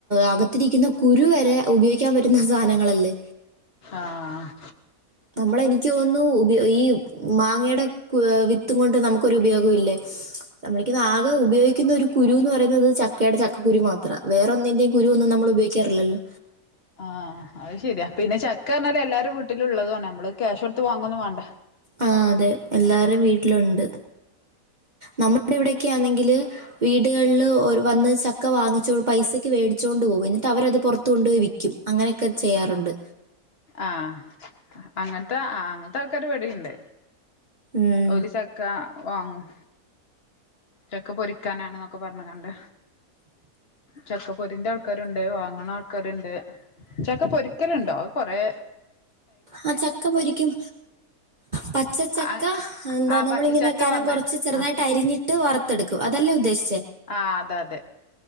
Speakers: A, on the right; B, on the left.
A: അകത്തിരിക്കുന്ന കുരു വരെ ഉപയോഗിക്കാൻ പറ്റുന്ന സാധനങ്ങളല്ലേ
B: ആഹ്
A: നമ്മള് എനിക്ക് തോന്നുന്നു ഉപയ ഈ മാങ്ങയുടെ വിത്തും കൊണ്ട് നമുക്കൊരു ഉപയോഗല്ലേ നമ്മളിക്കുന്ന ആകെ ഉപയോഗിക്കുന്ന ഒരു കുരുന്ന് പറയുന്നത് ചക്കയുടെ ചക്കക്കുരു മാത്രമാ വേറെ ഒന്നെന്റെയും കുരു ഒന്നും നമ്മള് ഉപയോഗിക്കാറില്ലല്ലോ
B: ആഹ് അത് ശരിയാ പിന്ന ചക്ക എന്ന് പറഞ്ഞാൽ എല്ലാരും വീട്ടിലേ ഉള്ളത നമ്മള് ക്യാഷ് കൊടുത്ത് വാങ്ങൊന്നും വേണ്ട
A: ആ അതെ എല്ലാരും വീട്ടിലുണ്ട് നമ്മുടെ ഇവിടെക്കെയാണെങ്കില് വീടുകളിൽ വന്ന് ചക്ക വാങ്ങിച്ച പൈസക്ക് മേടിച്ചുകൊണ്ട് പോകും എന്നിട്ട് അവരത് പുറത്തു കൊണ്ടു പോയി വിക്കും ക്കും അങ്ങനെയൊക്കെ ചെയ്യാറുണ്ട്
B: ആഹ് അങ്ങൻത്തെ ആ അങ്ങൻത്തെ ആൾക്കാര് ഇവടീണ്ട്
A: ഉം
B: ഓല് ക്ക വാങ്ങും ചക്ക പൊരിക്കാനാണെന്നൊക്കെ പറഞ്ഞു കാണ്ട് ചക്കപ്പൊരിന്റെ ആൾക്കാരുണ്ട് വാങ്ണ ആൾക്കാരുണ്ട് ചക്ക പൊരി ക്കലുണ്ടോ കുറെ
A: ആ ചക്ക പൊരിക്കും പച്ച ച്ചക്ക
B: ആ
A: എന്താ
B: ആ
A: നമ്മളിങ്ങനെ
B: പച്ചച്ചക്ക
A: കനം
B: പറഞ്ഞേ
A: കുറച്ച് ചെറുതായിട്ട്
B: ആ
A: അരിഞ് ഞ്ഞിട്ട് വറുത്തെടുക്കും അതല്ലേ ഉദ്ദേശിച്ചേ
B: ആ അതെ അതെ